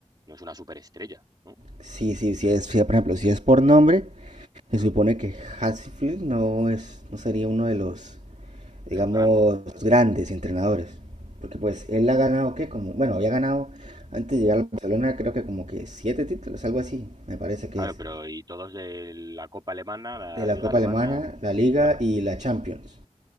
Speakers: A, on the right; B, on the right.
A: no es una superestrella, ¿no?
B: Sí, sí, sí es, sí, por ejemplo, si es por nombre, se supone que Hasselhoff no es, no sería uno de los, digamos,
A: De los grandes, ¿no?
B: grandes entrenadores. Porque pues
A: Mm.
B: él ha ganado, ¿qué? Como, bueno, había ganado antes de llegar al Barcelona, creo que como que siete títulos, algo así, me parece que
A: Claro,
B: es.
A: pero y todos de la Copa Alemana, la
B: De la
A: Liga
B: Copa
A: Alemana,
B: Alemana, la Liga
A: claro.
B: y la Champions.